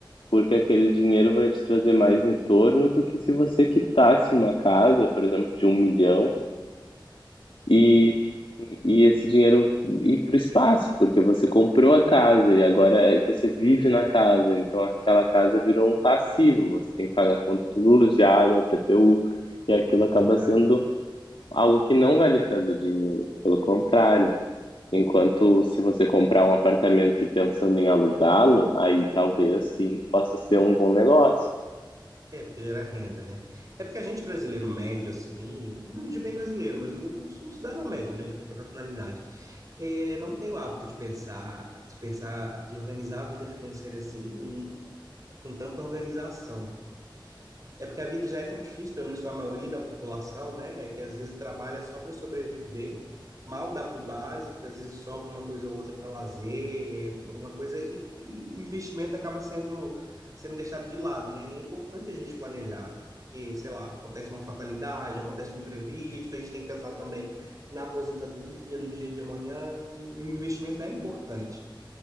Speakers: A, on the left; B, on the right.
A: porque aquele dinheiro vai te trazer mais retorno do que se você quitasse uma casa, por exemplo, de um milhão e, e esse dinheiro ir para o espaço, porque você comprou a casa e agora é- você vive na casa, então aquela casa virou um passivo, você tem que pagar conta de luz, de água, IPTU, e aquilo
B: é
A: acaba
B: verdade.
A: sendo algo que não vai lhe trazer dinheiro, pelo contrário. Enquanto se você comprar um apartamento e pensando em alugá-lo, aí talvez sim possa ser um bom negócio.
B: É, porque gera renda, né? É porque a gente brasileiro médio, assim, não digo bem brasileiro, mas o, o cidadão médio, né, de qualquer nacionalidade, é, não tem o hábito de pensar, de pensar, de organizar a vida financeira assim, com tanta organização. É porque a vida já é tão difícil, pelo menos para a maioria da população, né? É que às vezes trabalha só para sobreviver, mal dá para o básico, às vezes sobra uma coisa ou outra para lazer, pra alguma coisa, e, e o investimento acaba sendo, sendo deixado de lado, né? É importante a gente planejar, porque, sei lá, acontece uma fatalidade, acontece um imprevisto, a gente tem que pensar também na aposentadoria, no dia de amanhã, e o investimento é importante.